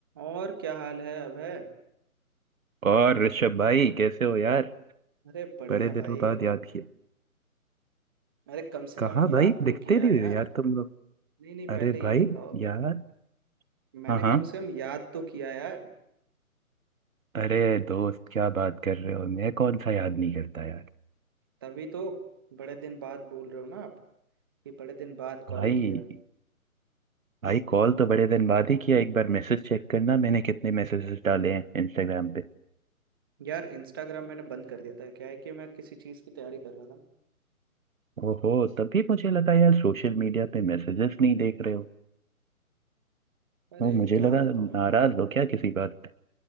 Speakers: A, on the right; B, on the right.
A: और क्या हाल है अभय
B: और ऋषभ भाई कैसे हो यार
A: अरे बढ़िया
B: बड़े दिनों
A: भाई
B: बाद याद किए
A: अरे कम से
B: कहाँ
A: कम याद
B: भाई
A: तो
B: दिखते
A: किया
B: नहीं
A: यार
B: हो यार तुम लोग
A: नहीं नहीं
B: अरे
A: पहले ये
B: भाई
A: बताओ
B: यार
A: मैंने
B: हाँ हाँ
A: कम से कम याद तो किया यार
B: अरे दोस्त क्या बात कर रहे हो मैं कौन सा याद नहीं करता यार
A: तभी तो बड़े दिन बाद बोल रहे हो ना आप कि बड़े दिन बाद
B: भाई
A: कॉल किया
B: भाई कॉल तो बड़े दिन बाद ही किया एक बार मैसेज चेक करना मैंने कितने मैसेजेस डाले हैं इंस्टाग्राम पे
A: यार इंस्टाग्राम मैंने बंद कर दिया था क्या है कि मैं किसी चीज़ की तैयारी कर रहा था
B: ओहो तभी मुझे लगा यार सोशल मीडिया पे मैसेजेस नहीं देख रहे हो
A: अरे
B: वो मुझे
A: क्या
B: लगा
A: बताऊं
B: नाराज हो क्या किसी बात पे